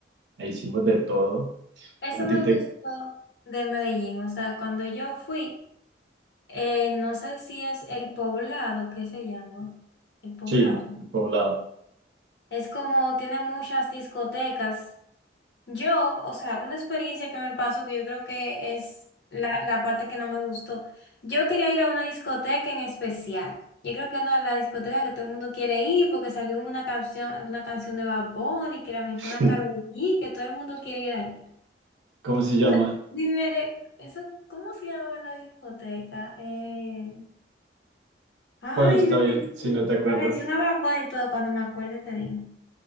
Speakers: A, on the right; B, on the left.
A: ahí hicimos de todo.
B: Eso
A: A
B: me
A: ti te,
B: gustó de Medellín, o sea, cuando yo fui, eh, no sé si es el poblado, ¿qué se llama? El poblado.
A: sí, el poblado,
B: Es como, tiene muchas discotecas. Yo, o sea, una experiencia que me pasó que yo creo que es la, la parte que no me gustó. Yo quería ir a una discoteca en especial. Yo creo que no la discoteca que todo el mundo quiere ir porque salió una canción, en una canción de Bad Bunny que la menciona
A: <laughs>
B: Karol G, que todo el mundo quiere ir allá.
A: ¿cómo se llama?
B: Me- Dime, re- eso, ¿cómo se llamaba la discoteca? Eh, ay,
A: Bueno, está
B: la,
A: bien,
B: men-
A: si no te acuerdas.
B: la mencionaba Bad Bunny y todo, cuando me acuerde te digo.